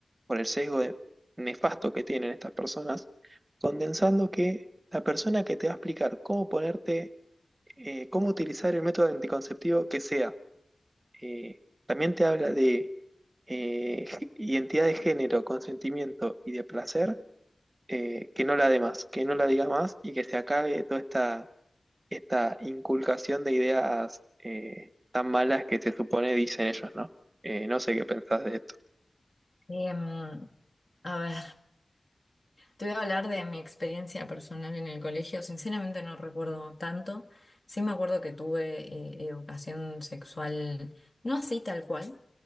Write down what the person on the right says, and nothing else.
por el sesgo de- nefasto que tienen estas personas, condensando que la persona que te va a explicar cómo ponerte eh, cómo utilizar el método anticonceptivo que sea. Eh, también te habla de eh, g- identidad de género, consentimiento y de placer, eh, que no la dé más, que no la diga más y que se acabe toda esta, esta inculcación de ideas eh, tan malas que se supone dicen ellos, ¿no? Eh, no sé qué pensás de esto.